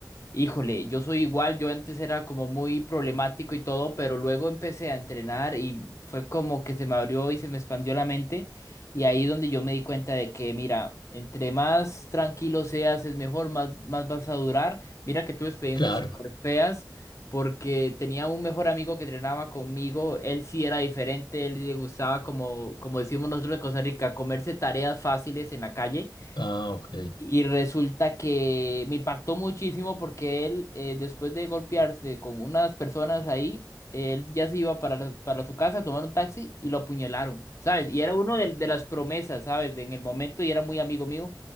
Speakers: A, on the left; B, on the left.
A: Híjole, yo soy igual, yo antes era como muy problemático y todo, pero luego empecé a entrenar y fue como que se me abrió y se me expandió la mente y ahí donde yo me di cuenta de que, mira, entre más tranquilo seas es mejor, más, más vas a durar. Mira que tuve experiencias
B: Claro.
A: súper feas porque tenía un mejor amigo que entrenaba conmigo, él sí era diferente, él le gustaba como, como decimos nosotros en Costa Rica, comerse tareas fáciles en la calle.
B: Ah, ok.
A: Y resulta que me impactó muchísimo porque él, eh, después de golpearse con unas personas ahí, él ya se iba para, la- para su casa a tomar un taxi y lo apuñalaron, ¿sabes? Y era uno de, de las promesas, ¿sabes? De- en el momento y era muy amigo mío.